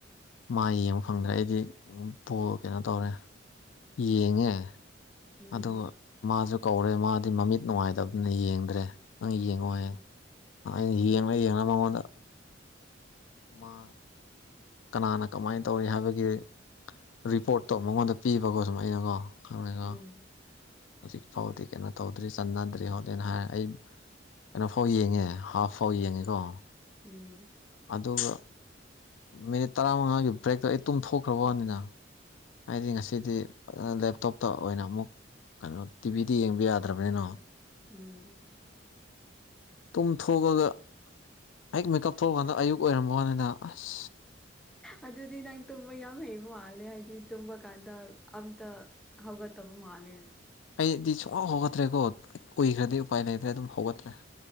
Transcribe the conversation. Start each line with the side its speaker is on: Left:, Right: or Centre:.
Left: ꯃꯥ ꯌꯦꯡꯕ ꯐꯪꯗ꯭ꯔꯦ ꯑꯩꯗꯤ ꯀꯩꯅꯣ ꯇꯧꯔꯦ ꯌꯦꯡꯉꯦ
Centre: ꯎꯝ
Left: ꯑꯗꯨ ꯃꯥꯁꯨ ꯀꯧꯔꯦ ꯃꯥꯗꯤ ꯃꯃꯤꯠ ꯅꯨꯡꯉꯥꯏꯇꯕꯗꯨꯅ ꯌꯦꯡꯗ꯭ꯔꯦ ꯅꯪ ꯌꯦꯡꯉꯨ ꯍꯥꯏꯌꯦ
Centre: ꯎꯝ
Left: ꯑꯩꯅ ꯌꯦꯡꯥ ꯌꯦꯡꯥ ꯃꯉꯣꯟꯗ ꯃꯥ ꯀꯅꯥꯅ ꯀꯃꯥꯏꯅ ꯇꯧꯔꯤ ꯍꯥꯏꯕꯒꯤ ꯔꯤꯄꯣꯔꯠꯇꯣ ꯃꯉꯣꯟꯗ ꯄꯤꯕꯒꯣ ꯁꯨꯝ ꯑꯩꯅꯀꯣ ꯈꯪꯅꯦꯀ
Centre: ꯎꯝ
Left: ꯍꯧꯖꯤꯛ ꯐꯥꯎꯗꯤ ꯀꯩꯅꯣ ꯇꯧꯗ꯭ꯔꯤ ꯆꯅꯗ꯭ꯔꯤ ꯍꯣꯠꯂꯦꯅ ꯍꯥꯏ ꯑꯩ ꯀꯩꯅꯣꯐꯥꯎ ꯌꯦꯡꯉꯦ ꯍꯥꯐ ꯐꯥꯎ ꯌꯦꯡꯉꯦꯀꯣ
Centre: ꯎꯝ
Left: ꯑꯗꯨꯒ ꯃꯤꯅꯤꯠ ꯇꯔꯥꯃꯉꯥꯒꯤ ꯕ꯭ꯔꯦꯛꯇꯣ ꯑꯩ ꯇꯨꯝꯊꯣꯛꯈ꯭ꯔꯕ ꯋꯥꯅꯤꯅ ꯍꯥꯏꯗꯤ ꯉꯁꯤꯗꯤ ꯂꯦꯞꯇꯣꯞꯇ ꯑꯣꯏꯅ ꯑꯃꯨꯛ ꯀꯩꯅꯣ ꯇꯤꯚꯤꯗ ꯌꯦꯡꯕ ꯌꯥꯗ꯭ꯔꯕꯅꯤꯅꯣ
Centre: ꯎꯝ
Left: ꯇꯨꯝ ꯊꯣꯛꯑꯒ ꯍꯦꯛ ꯃꯦꯀꯞ ꯊꯣꯛꯑꯀꯥꯟꯗ ꯑꯌꯨꯛ ꯑꯣꯏꯔꯝꯕ ꯋꯥꯅꯤꯗ ꯑꯁ
Centre: ꯑ ꯑꯗꯨꯗꯤ ꯅꯪ ꯇꯨꯝꯕ ꯌꯥꯝ ꯍꯩꯕ ꯃꯥꯜꯂꯦ ꯍꯥꯏꯗꯤ ꯇꯨꯝꯕ ꯀꯥꯟꯗ ꯑꯝꯇ ꯍꯧꯒꯠꯇꯕ ꯃꯥꯅꯦꯦ
Left: ꯑꯩꯗꯤ ꯁꯨꯡꯂꯞ ꯍꯧꯒꯠꯇ꯭ꯔꯦꯀꯣ ꯎꯏꯈ꯭ꯔꯗꯤ ꯎꯄꯥꯏ ꯂꯩꯇ꯭ꯔꯦ ꯑꯗꯨꯝ ꯍꯧꯒꯠꯇ꯭ꯔꯦ